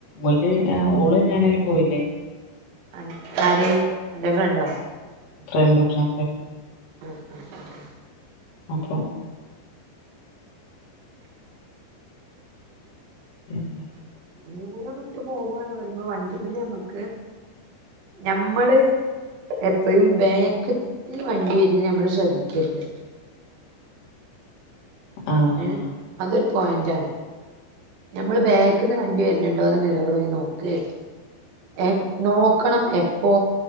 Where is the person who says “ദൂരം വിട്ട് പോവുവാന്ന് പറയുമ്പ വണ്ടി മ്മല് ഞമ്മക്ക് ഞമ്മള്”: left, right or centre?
Right